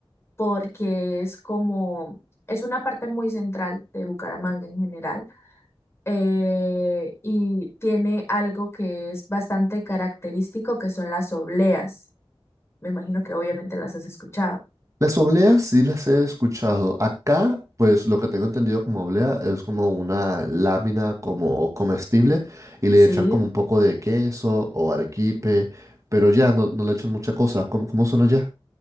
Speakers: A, on the left; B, on the right.
A: porque es como, es una parte muy central de Bucaramanga en general eh, y tiene algo que es bastante característico, que son las obleas. Me imagino que obviamente las has escuchado.
B: Las obleas sí las he escuchado. Acá, pues, lo que tengo entendido como oblea es como una lámina como comestible y le
A: Sí.
B: echan como un poco de queso o arequipe, pero ya no, no le echan mucha cosa. ¿Cómo, cómo son allá?